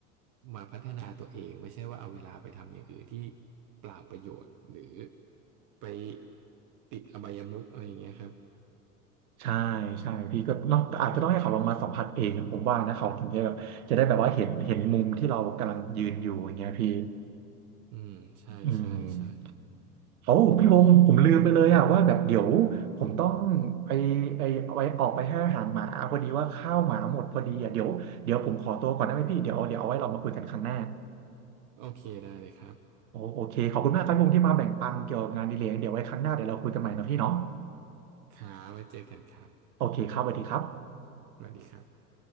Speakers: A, on the right; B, on the right.
A: มาพัฒนาตัวเองไม่ใช่ว่าเอาเวลาไปทำอย่างอื่นที่เปล่าประโยชน์หรือไปติดอบายมุขอะไรอย่างเงี้ยครับ
B: ใช่ใช่พี่ก็เนาะแต่อาจจะต้องให้เขาลองมาสัมผัสเองอะผมว่านะเขาถึงจะแบบจะได้แบบว่าเห็นเห็นมุมที่เรากำลังยืนอยู่อย่างเงี้ยพี่
A: อืมใช่ใช่ใช่
B: อืมโอ้พี่วงศ์ผมลืมไปเลยอะว่าแบบเดี๋ยวผมต้องไปไออาไว้ออกไปให้อาหารหมาพอดีว่าข้าวหมาหมดพอดีอะเดี๋ยวเดี๋ยวผมขอตัวก่อนได้ไหมพี่เดี๋ยวเดี๋ยวเอาไว้เรามาคุยกันครั้งหน้า
A: โอเคได้เลยครับ
B: โอโอเคขอบคุณมากครับพี่วงศ์ที่มาแบ่งปันเกี่ยวกับงานอดีเลยเดี๋ยวไว้ครั้งหน้าเดี๋ยวเราคุยกันใหม่นะพี่เนาะ
A: ครับขาไว้เจอกันครับ
B: โอเคครับสวัสดีครับ
A: สวัสดีครับ